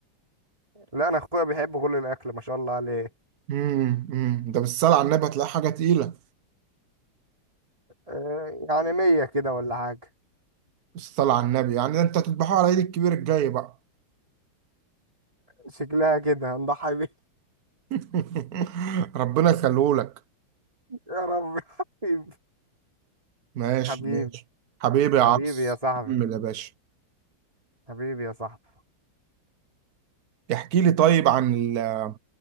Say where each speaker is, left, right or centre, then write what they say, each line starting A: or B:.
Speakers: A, on the right; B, on the right.
A: لا انا اخويا بيحب كل الاكل ما شاء الله عليه
B: امم امم ده بالصلاة على النبي هتلاقي حاجة تقيلة
A: آه، يعني مية كده ولا حاجة
B: بالصلاة على النبي يعني ده انت هتذبحوه على عيد الكبير الجاي بقى
A: شكلها كده هنضحي بيه
B: <laughs> ربنا يخليهولك
A: يا رب <laughs> حبيبي
B: ماشي
A: حبيبي
B: ماشي حبيبي يا
A: حبيبي
B: عبس
A: يا صاحبي
B: كمل يا باشا
A: حبيبي يا صاحبي
B: احكي لي طيب عن ال-